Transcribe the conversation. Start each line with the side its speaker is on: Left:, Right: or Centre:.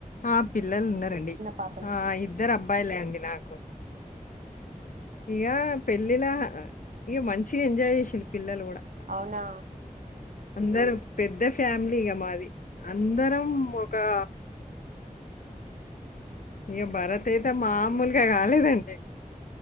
Left: ఆ పిల్లలు ఉన్నారండి
Right: చిన్న పాపలు
Left: ఆ ఇద్ ఇద్దర్ అబ్బాయిలే అండి నాకు ఇగా పెళ్ళిలా ఇగ మంచిగా ఎంజాయ్ జెసిండ్రు పిల్లలు గూడా
Right: అవునా
Left: అందరు పెద్ద ఫ్యామిలీగా మాది అందరం ఒకా ఇగ భరత్ అయితే మామూలుగా గాలేదండి